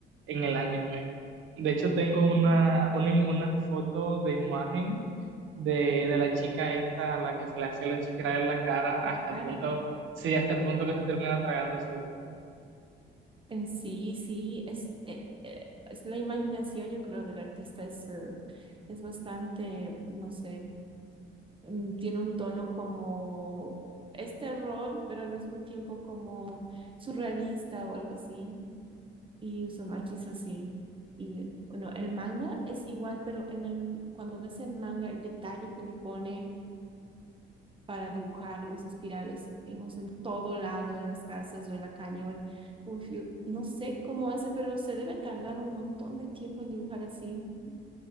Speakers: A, on the right; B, on the right.
A: en el anime. De hecho, tengo
B: Sí,
A: una, una, una foto de imagen de, de la chica esta a la que se le hace la espiral en la cara hasta
B: en la cara.
A: el punto, sí, hasta el punto que se termina tragando su
B: En sí, sí, es, eh, eh, es la imaginación, yo creo, del artista es, eh, es bastante, no sé, mm, tiene un tono como es terror, pero al mismo tiempo como surrealista o algo así. Y Uzumaki es así. Y bueno, el manga es igual, pero en el, cuando ves el manga, el detalle que le pone para dibujar los espirales, digamos, en todo lado, en las casas o en la calle o en un fiu- No sé cómo hace, pero se debe tardar un montón de tiempo en dibujar así.